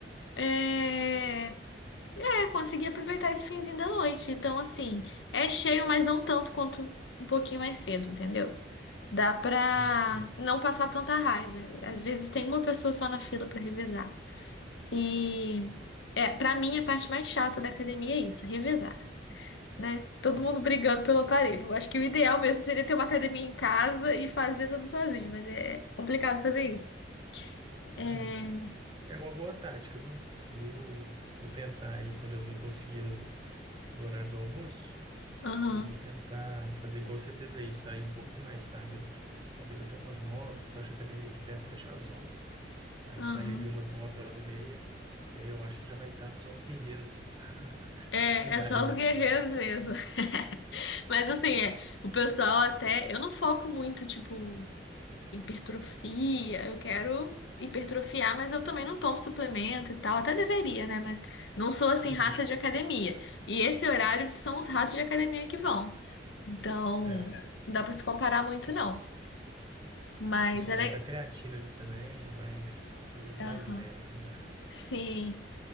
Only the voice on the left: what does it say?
é, é, consegui aproveitar esse finzinho da noite. Então, assim, é cheio, mas não tanto quanto um pouquinho mais cedo, entendeu? Dá pra
não passar tanta raiva. Às vezes tem uma pessoa só na fila para revezar. E é, para mim a parte mais chata da academia é isso, é revezar, né? Todo
mundo brigando pelo aparelho. Eu acho que o ideal mesmo seria ter uma academia em casa e fazer tudo sozinho, mas é complicado fazer isso. É,
aham,
aham.
É,
é só os
guerreiros
mesmo. <laughs> Mas assim, é, o pessoal até. Eu não foco muito, tipo. hipertrofia, eu quero hipertrofiar, mas eu também não tomo suplemento e tal, até deveria, né? Mas não sou assim
rata de academia. E esse horário são os ratos de academia que vão. Então,
É. não dá pra se comparar muito,
não.
Mas
ela
é.
Aham.
Sim.